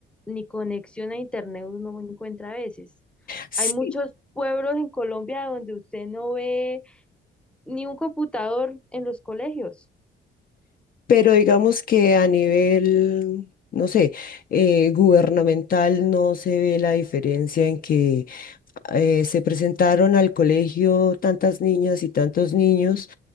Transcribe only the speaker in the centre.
ni conexión a internet uno encuentra a veces.
Hay muchos pueblos en Colombia donde usted no ve ni un computador en los colegios.